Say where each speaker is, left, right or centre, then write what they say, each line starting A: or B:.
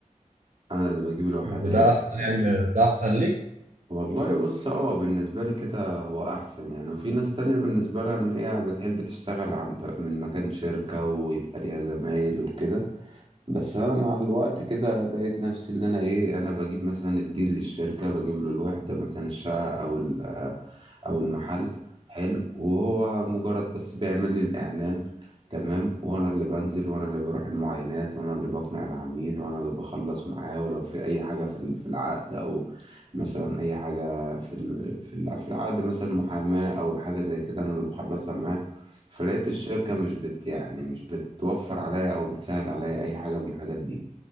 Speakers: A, on the right; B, on the right.
A: انا اللي بجيب الوحدات
B: وده احسن
A: و...
B: يعني من- ده احسن ليك
A: والله بص اه بالنسبة لي كده هو احسن يعني وفي ناس تانية بالنسبة لها ان هي بتحب تشتغل عن ط- من مكان شركة ويبقى ليها زمايل وكده بس انا مع الوقت كده لقيت نفسي اللي انا ايه انا بجيب مثلا الديل للشركة بجيب له الوحدة مثلا الشقة او ال- او المحل حلو وهو مجرد بس بيعمل لي الاعلان تمام وانا اللي بنزل وانا اللي بروح المعاينات وانا اللي بقنع العميل وانا اللي بخلص معاه ولو في اي حاجة في ال- في العقد او مثلا اي حاجة في ال- في الع- في العقد مثلا محاماة او حاجة زي كده انا اللي بخلصها معاه فلقيت الشركة مش بت يعني مش بتوفر عليا أو بتسهل عليا أي حاجة من الحاجات دي